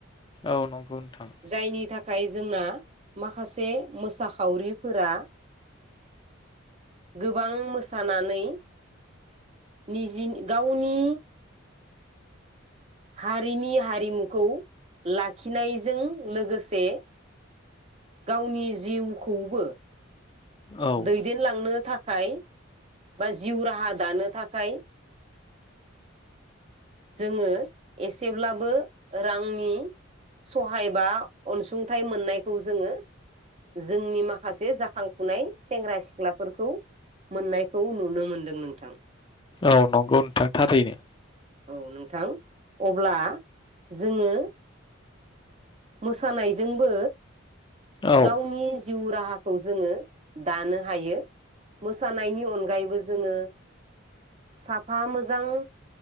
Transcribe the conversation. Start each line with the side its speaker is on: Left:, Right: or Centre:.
Left: औ नंगौ नोंथां
Right: जायनि जोंना माखासे मोसा फावरि फोरा गोबां मोसानानै निजि गावनि हारिनि हारिमुखौ लाखिनायजों लोगोसे गावनि जिउखौबो
Left: औ
Right: दैदेनलांनो थाखाय थाखाय बा जिउ राहा दानो थाखाय जोङो एसेब्लाबो रांनि सहायबा अनसुंथाइ मोननायखौ जोंओ जोंनि मा माखासे जाखांफुनाय सेंग्रा सिख्लाफोरखौ मोननायखौ नुनो मोनदों नोंथां।
Left: औ नंगौ नोंथां थारैनो
Right: औ नोंथां अब्ला जोङो मोसानायजोंबो
Left: औ
Right: गावनिज जिउ राहाखौ जोङो दानो हायो। मोसानायनि अनगायैबो जोङो साफा मोजां